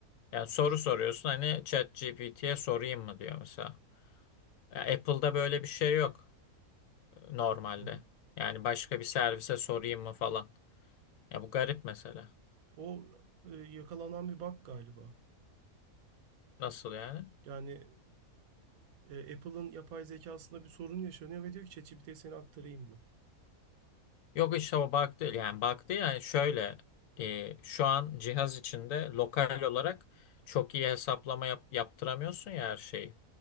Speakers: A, on the left; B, on the right.
A: Yani soru soruyorsun hani ChatGPT'ye sorayım mı diyor mesela. Ya Apple'da böyle bir şey yok e, normalde.
B: Hı.
A: Yani başka bir servise sorayım mı falan. Ya bu garip mesela.
B: O e, yakalanan bir bug galiba.
A: Nasıl yani?
B: Yani e, Apple'ın yapay zekasında bir sorun yaşanıyor ve diyor ki ChatGPT'ye seni aktarayım mı?
A: Yok işte o bug değil. Yani bug değil yani şöyle e, şu an cihaz içinde lokal olarak çok iyi hesaplama yap- yaptıramıyorsun ya her şeyi.